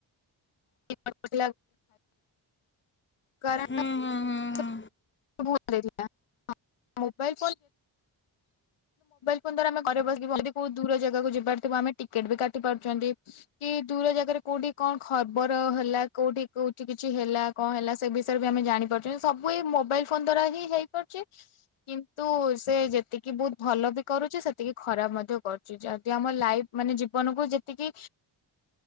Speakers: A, on the left; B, on the left.
A: <inaudible> କଣ
B: ହୁଁ ହୁଁ ହୁଁ
A: ଭ
B: ହୁଁ।
A: ମୋବାଇଲ ଫୋ ମୋବାଇଲ ଫୋନ ଦ୍ଵାରା ଆମେ ଘରେ ଯି କୋଉ ଦୂର ଜାଗାକୁ ଯିବାର ଥିବ ଆମେ ଟିକେଟ ବି କାଟି ପାରୁଛନ୍ତି କି ଦୂର ଜାଗାରେ କୋଉଠି କଣ ଖବର ହେଲା କୋଉଠି କୋଉଠି କିଛି ହେଲା କଣ ହେଲା ସେ ବିଷୟରେ ବି ଆମେ ଜାଣିପାରୁଛୁ ସବୁ ଏ ମୋବାଇଲ ଫୋନ ଦ୍ଵାରା ହିଁ ହେଇପାରୁଛି କିନ୍ତୁ ସେ ଯେତିକି ବହୁତ ଭଲ ବି କରୁଛି ସେତିକି ଖରାପ ମଧ୍ୟ କରୁଛି ଯଦି ଆମ ଲାଇଫ ମାନେ ଜୀବନକୁ ଯେତିକି